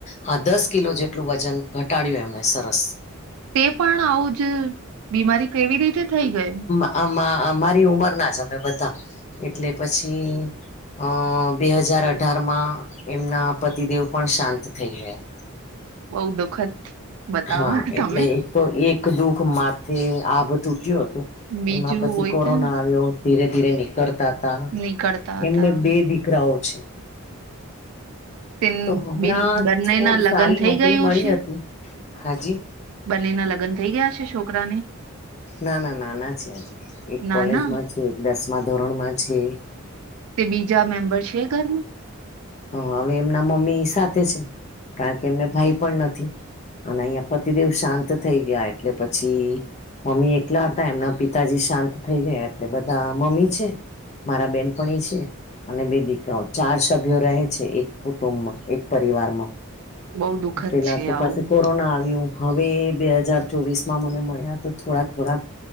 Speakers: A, on the left; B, on the right.
A: હા દસ કિલો જેટલું વજન ઘટાડ્યું એમને સરસ.
B: તે પણ આવું જ બીમારી કેવી રીતે થઈ ગઈ.
A: આમાં અમારી ઉંમર ના જ અમે બધા એટલે પછી, અ બે હજાર અઢાર માં એમના પતિદેવ પણ શાંત થઈ ગયા.
B: બઉ દુઃખદ, બતાવો
A: હા એટલે
B: તમે
A: એક તો એક દુઃખ માથે આભ તૂટ્યું હતું.
B: બીજું
A: એમાં પછી
B: હોય
A: કોરોના
B: તે
A: આવ્યો. ધીરે ધીરે નીકળતા હતા
B: નીકળતા
A: એમને
B: હતા
A: બે દીકરાઓ છે.
B: તે
A: તો હમણાં
B: બંનેના
A: થોડી
B: લગ્ન
A: સારી
B: થઈ
A: નોકરી
B: ગયું
A: મળી
B: છે
A: હતી હા જી,
B: બંનેના લગ્ન થઈ ગયા છે છોકરાને
A: ના ના નાના છે હજી એક
B: ના
A: કોલેજમાં,
B: ના
A: છે દસમા ધોરણ માં છે.
B: તે બીજા મેમ્બર છે ઘરમાં,
A: હ હવે એમના મમ્મી સાથે છે કારણ કે એમને ભાઈ પણ નથી. અને અહિયા પતિદેવ શાંત થઈ ગયા એટલે પછી, મમ્મી એ એકલા હતા એમના પિતાજી શાંત થઈ ગયા એટલે બધા મમ્મી છે, મારા બેનપણી છે અને બે દીકરાઓ ચાર શબ્દ, સભ્યો રહે છે એક કુટુંબમાં એક પરિવારમાં,
B: બહુ દુઃખદ
A: પેલા
B: છે
A: તો પછી
B: આવું
A: કોરોના આવ્યું. હવે બે હજાર ચોવીસ માં મને મળ્યા તો થોડાક થોડાક,